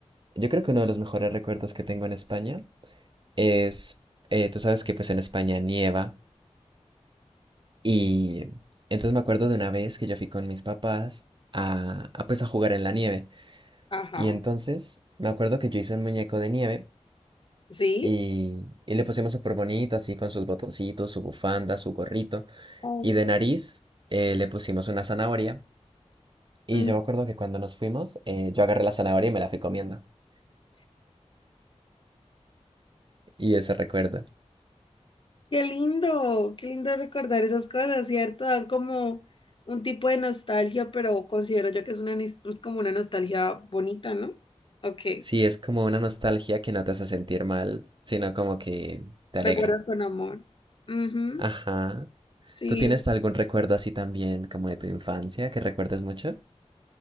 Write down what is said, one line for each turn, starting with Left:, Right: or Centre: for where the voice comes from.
Right: yo creo que uno de los mejores recuerdos que tengo en España es, eh, tú sabes que pues en España nieva. Y entonces me acuerdo de una vez que yo fui con mis papás a, a pues a jugar en la nieve.
Left: Ajá.
Right: Y entonces me acuerdo que yo hice un muñeco de nieve
Left: Sí.
Right: y, y le pusimos súper bonito, así con sus botoncitos, su bufanda, su gorrito.
Left: Oh,
Right: Y de nariz eh, le pusimos una zanahoria. Y
Left: mm,
Right: yo me acuerdo que cuando nos fuimos, eh, yo agarré la zanahoria y me la fui comiendo. Y ese recuerdo.
Left: Qué lindo, qué lindo recordar esas cosas, ¿cierto? Dan como un tipo de nostalgia, pero considero yo que es una nis- es como una nostalgia bonita, ¿no? Ok.
Right: Sí, es como una nostalgia que no te hace sentir mal, sino como que te alegra.
Left: Recuerdas con amor. Ujú,
Right: Ajá.
Left: Sí.
Right: ¿Tú tienes algún recuerdo así también, como de tu infancia, que recuerdes mucho?